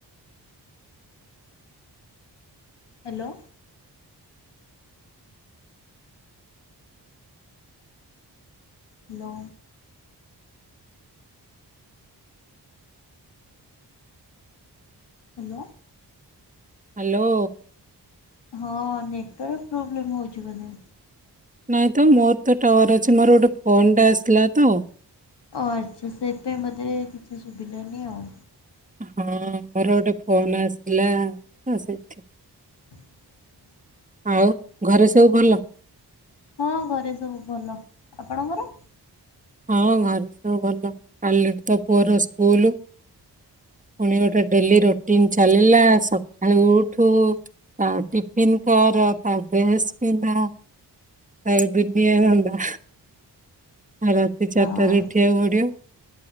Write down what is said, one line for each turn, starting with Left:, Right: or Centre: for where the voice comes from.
Left: ହ୍ୟାଲୋ ହାଲ ହ୍ୟାଲୋ
Right: ହାଲୋ।
Left: ହଁ ନେଟୱାର୍କ ପ୍ରୋବ୍ଲେମ୍ ହଉଛି ବୋଧେ।
Right: ନାଇଁ ତ ମୋର ତ ଟାୱାର ଅଛି ମୋର ଗୋଟେ ଫୋନ ଟା ଆସିଲା ତ।
Left: ଓ ଆଚ୍ଛା ସେଇଥିପାଇଁ ମଝିରେ କିଛି ସୁଭିଲାନି ଆଉ।
Right: ହଁ ମୋର ଗୋଟେ ଫୋନ ଆସିଲା ତ ସେଥି
Left: ଆଛା।
Right: ଆଉ ଘରେ ସବୁ ଭଲ।
Left: ହଁ ଘରେ ସବୁ ଭଲ ଆପଣଙ୍କର।
Right: ହଁ ଘରେ ସବୁ ଭଲ କଲିଠୁ ତ ପୁଅ ର ସ୍କୁଲ। ପୁଣି ଗୋଟେ ଡେଲି ରୁଟିନ ଚାଲିଲା ସକାଳୁ ଉଠୁ। ତା ଟିଫିନ କର ତା ଡ୍ରେସ୍ ପିନ୍ଧା। ଆଉ ଦୁନିଆ ଧନ୍ଦା। ଆଉ ରାତି ଚାରିଟାରେ
Left: ହଁ
Right: ଉଠିବାକୁ ପଡିବ।